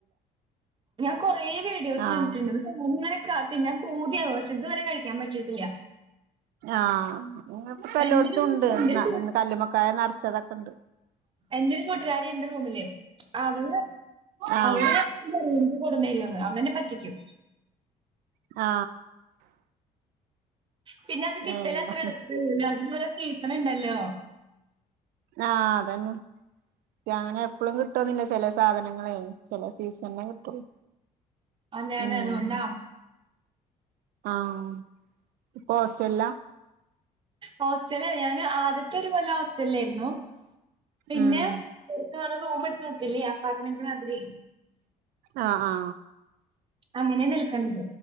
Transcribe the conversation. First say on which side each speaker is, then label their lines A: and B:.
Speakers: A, on the right (about 35°); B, on the right (about 85°).
A: ഞാൻ കൊറേ വീഡിയോസ്
B: ആഹ്
A: കണ്ടിട്ടുണ്ട് <unintelligible> തിന്നാൻ പൂതിയാവണ് പക്ഷേ ഇത് വരെ കഴിക്കാൻ പറ്റിയിട്ടില്ല.
B: ആഹ്, <unintelligible> ഇപ്പപ്പല്ലോട്ത്തുംണ്ട്.
A: എന്റെ ഒരു
B: <unintelligible>
A: എന്റെ ഒരു
B: കല്ലുമ്മക്കായ നറച്ചതൊക്കെണ്ട്.
A: എന്റെരു കൂട്ടുകാരി എന്റെ റൂമില്. അവള്
B: ആഹ്
A: അവളുടെ <inaudible> എനിക്ക് കൊടുന്നേരുന്ന് അവളന്നെ പറ്റിക്കും.
B: ആ
A: പിന്നെ അത് കിട്ടലത്ര
B: എന്താ
A: എളുപ്പല്ലല്ലോ. അതിന് ഇവടെ സീസണ്‌ണ്ടല്ലോ.
B: ആഹ് അതന്നെ. അങ്ങനെ എപ്പോളും കിട്ടുവൊന്നില്ല ചെല സാധനങ്ങളെ ചെല സീസണിലേ കിട്ടോള്ളൂ,
A: ആഹ് ഞാൻ
B: ഉം
A: അതുകൊണ്ടാ.
B: ആഹ്. ഇപ്പോ ഹോസ്റ്റല്‌ലാ?
A: ഹോസ്റ്റലല്ല, ഞാന് ആദ്യത്തെ ഒരു കൊല്ലം ഹോസ്റ്റലിലായിരുന്നു. പിന്നെ
B: ഉം
A: <unintelligible> റൂം എടുത്ത് നിർത്തില്ലേ അപ്പാർട്ട്മെന്റ് മാതിരി.
B: ആ. ആ.
A: അങ്ങനെ നിൽക്കൺത്.